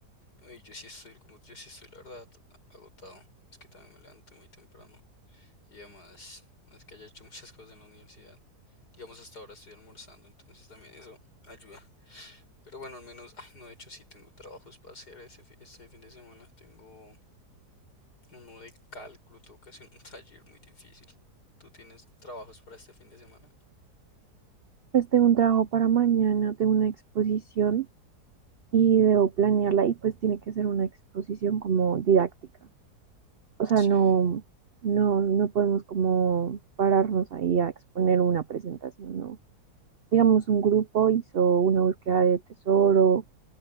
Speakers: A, on the left; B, on the right.
A: Oye, yo sí estoy, como yo sí estoy la verdad agotado. Es que también me levanto muy temprano y además no es que haya hecho muchas cosas en la universidad. Digamos hasta ahora estoy almorzando, entonces también eso ayuda. Pero bueno, al menos, ay, no, de hecho sí tengo trabajos para hacer ese, fi- este fin de semana. Tengo uno de cálculo, tengo que hacer un <laughs> taller muy difícil. ¿Tú tienes trabajos para este fin de semana?
B: Pues tengo un trabajo para mañana, tengo una exposición y debo planearla y pues tiene que ser una exposición como didáctica. O sea,
A: Sí.
B: no, no, no podemos como pararnos ahí a exponer una presentación, ¿no? Digamos, un grupo hizo una búsqueda de tesoro